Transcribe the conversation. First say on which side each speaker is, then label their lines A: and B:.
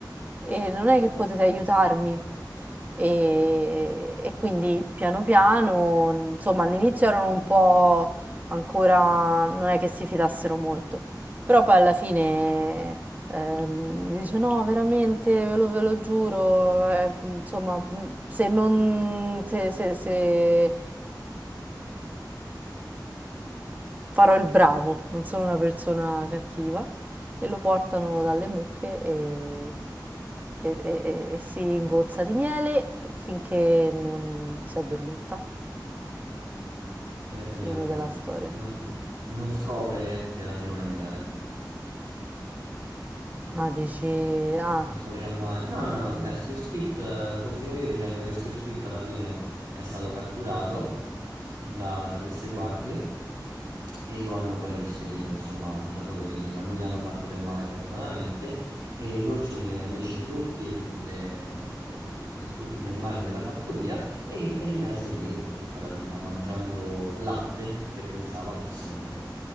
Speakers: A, on the right; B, on the right.
A: e non è che potete aiutarmi. E, e quindi piano piano, insomma, all'inizio erano un po' ancora, non è che si fidassero molto, però poi alla fine ehm, mi dice no, veramente, ve lo, ve lo giuro, eh, insomma, se non, se, se- se- farò il bravo, non sono una persona cattiva, e lo portano dalle mucche e, e- e- e- e si ingozza di miele finché non si addormenta.
B: Ed è finita
A: Fine
B: così.
A: della storia.
B: Non, non scopre che la fine non è miele.
A: Ah, dici... Ah,
B: Non scoprirà mai. No, no, no, vabbè, Squid eh, continuo io dicendo che Squid alla fine è stato catturato da, da queste guardie e lo hanno poi rispedito, insomma, da dove veniva. Non gli hanno fatto del male, fortunatamente, e l'orso divenne amici di tutti, le- di, di- di tutti gli animali della fattoria e ri- rimase lì per tutta la vita, mangiando latte che pensava fosse miele.